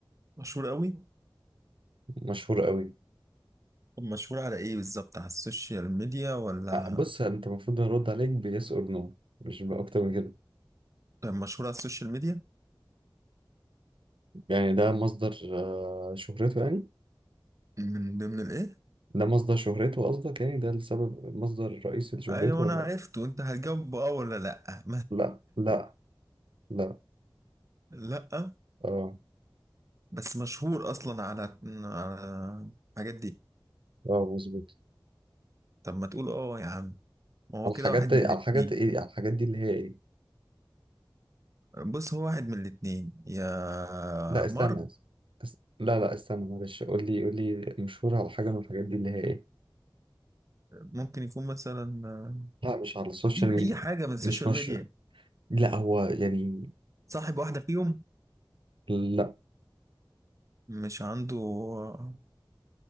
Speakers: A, on the right (about 40°); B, on the right (about 80°).
A: مشهور قوي؟
B: مشهور قوي
A: طب مشهور على إيه بالظبط؟ على السوشيال ميديا ولا
B: بص انت المفروض ارد عليك بيس اور نو مش اكتر من كده
A: طب مشهور على السوشيال ميديا؟
B: يعني ده مصدر آه، شهرته يعني
A: من ضمن الإيه؟
B: ده مصدر شهرته قصدك يعني ده السبب مصدر رئيسي لشهرته
A: أيوة
B: ولا
A: أنا عرفت وأنت هتجاوب بأه ولا لأ؟ <laughs>
B: لا لا لا
A: لأ
B: اه
A: بس مشهور أصلا على على الحاجات دي
B: اه مظبوط
A: طب ما تقول أه يا عم ما هو
B: على
A: كده
B: الحاجات
A: واحد
B: دي
A: من الاتنين
B: على الحاجات ايه على الحاجات دي اللي هي ايه
A: بص هو واحد من الاتنين يا
B: لا استنى
A: مارك
B: است... لا لا استنى معلش قول لي قول لي مشهور على حاجة من الحاجات دي اللي هي ايه
A: ممكن يكون مثلا آه،
B: لا مش على السوشيال
A: في
B: ميديا
A: اي حاجه من السوشيال
B: مش مش
A: ميديا
B: لا هو يعني
A: صاحب واحده فيهم
B: لا
A: مش عنده آه،